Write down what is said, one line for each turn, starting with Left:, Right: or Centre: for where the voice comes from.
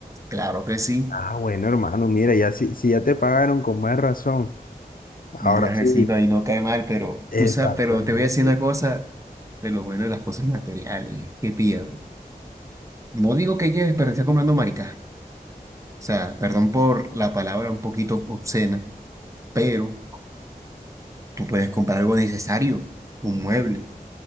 Right: claro que sí,
Left: Ah, bueno, hermano, mira, ya si, si ya te pagaron con más razón. Ahora
Right: un viajecito
Left: sí,
Right: ahí no cae mal, pero
Left: exactamente.
Right: tú sabes, pero te voy a decir una cosa de lo bueno de las cosas materiales, que pilla. No digo que lleves, pero está comprando maricas. O sea, perdón por la palabra un poquito obscena, pero... Tú puedes comprar algo necesario, un mueble,